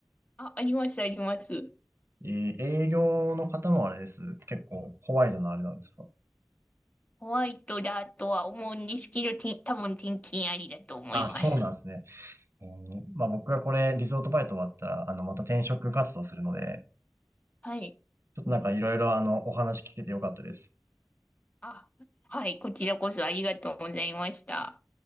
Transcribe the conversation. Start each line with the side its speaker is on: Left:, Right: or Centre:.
Left: あ、あります、あります。
Right: えー営業の方もあれです。結構、ホワイトのあれなんですか
Left: ホワイトだとは思うんですけど、てん多分転勤ありだと思います。
Right: あ、そうなんですね。えーまあ僕がこれ、リゾートバイト終わったら、あの、また転職活動するので、
Left: はい。
Right: ちょっとなんかいろいろあの、お話聞けてよかったです。
Left: あ、はい。こちらこそありがとうございました。